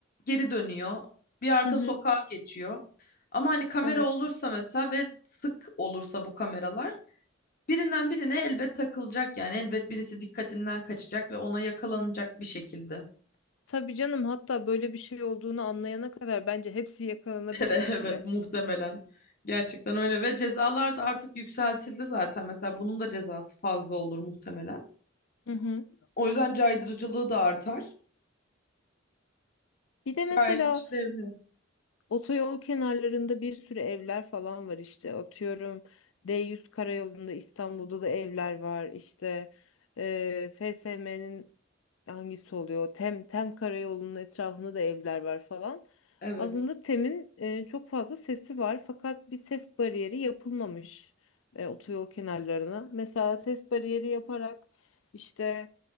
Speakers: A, on the left (about 45°); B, on the left (about 75°).
A: geri dönüyor. Bir arka
B: Hı hı,
A: sokağa geçiyor. Ama hani kamera
B: evet.
A: olursa mesela ve sık olursa bu kameralar Birinden birine elbet takılacak yani elbet birisi dikkatinden kaçacak ve ona yakalanacak bir şekilde. <laughs>
B: Tabii canım hatta böyle bir şey olduğunu anlayana kadar bence hepsi yakalanabilir
A: Evet, evet
B: bile.
A: muhtemelen. Gerçekten öyle ve cezalar da artık yükseltildi zaten. Mesela bunun da cezası fazla olur muhtemelen.
B: Hı hı.
A: O yüzden caydırıcılığı da artar.
B: Bir de mesela
A: Gayet işlevli.
B: otoyol kenarlarında bir sürü evler falan var işte. Atıyorum D100 karayolunda İstanbul'da da evler var. İşte eee FSM'nin hangisi oluyor? Tem Tem Karayolu'nun etrafında da evler var falan.
A: Evet,
B: Aslında Tem'in e, çok fazla sesi var fakat bir ses bariyeri yapılmamış e, otoyol kenarlarına. Mesela ses bariyeri yaparak işte